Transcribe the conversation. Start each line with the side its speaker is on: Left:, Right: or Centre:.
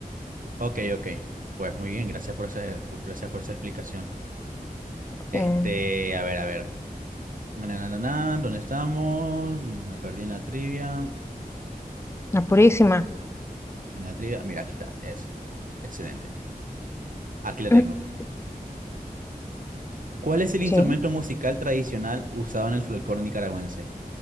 Right: Ok, ok. Pues muy bien, gracias por esa, por- gracias por esa explicación. Este,
Left: eh,
Right: a ver, a ver. Na, na, na, na, ¿dónde estamos? Me perdí en la trivia.
Left: la Purísima.
Right: Una trivia. Mira, aquí está. Es. Excelente. Aquí la
Left: <clears throat>
Right: tengo. ¿Cuál es el instrumento
Left: Sí,
Right: musical tradicional usado en el folclore nicaragüense?